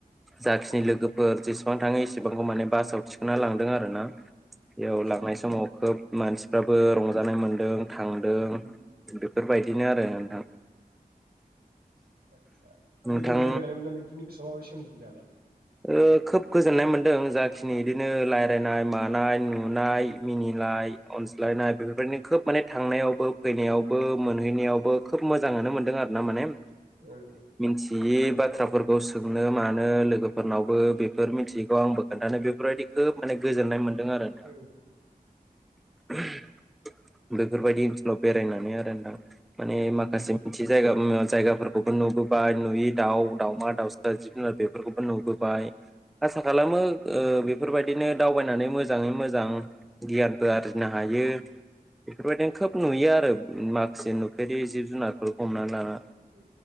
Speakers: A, in the centre; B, on the right.
A: जाखिनि लोगोफोर जेसेबां थाङो बेफोरखौ माने बासाव थिखांना लांदों आरो ना। बेयाव
B: आदसा
A: लांनाय समाव खोब मानसिफ्राबो रंजानाय मोनदों। थांदों
B: उम
A: बेफोरबायदि बिदिनो आरो नोंथां
B: आदसा
A: नोंथां
B: लोगोफोरजों बेरायनो मोना नोंथांनि गोसोआव माबाय सोम दालाय
A: ओ खोब गोजोननाय मोन्दों जाखिनि इदिनो रायज्लायनाय मानाय नुनाय मिनिलाय अनज्लायनाय बेफोरबायदिनो खोब माने थांनायावबो फैनायावबो मोनहैनायावबो खोब मोजाङानो मोनदों आरो ना माने। मिथियिब
B: ओं
A: बाथ्राफोरखौ सोंनो मानो लोगो। फोरनावबो बेफोर मिथियैखौ आंबो खोन्थानो बेफोरबायदि खोब माने गोजोननाय मोन दों आरो‌ थां
B: ओं
A: <inaudible> बेफोरबायदि ओनसोलाव बेरायनानै आर दा नथां माने माखासे
B: उम
A: मिथि
B: नोंथां
A: जायगा उम जायगाफोर खौबो नुबोबाय नुयि दाउ दावमा दाउसा जिब जुनार बेफोरखौबो नु बोबाइ आसा खालामो ओ बेफोरबायद दिनो दावबायनानै मोजाङै मोजां गियानफोर आरजिनो हायो बेफोरबायदिनो खोब नुयो आरो माखासे नुफेरि जिब जुनारखौ हमना लाना।
B: ओं